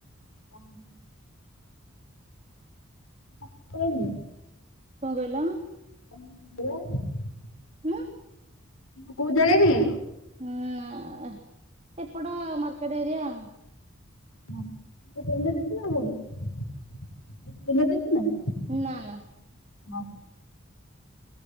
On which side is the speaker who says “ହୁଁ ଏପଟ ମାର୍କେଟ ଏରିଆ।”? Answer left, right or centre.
Right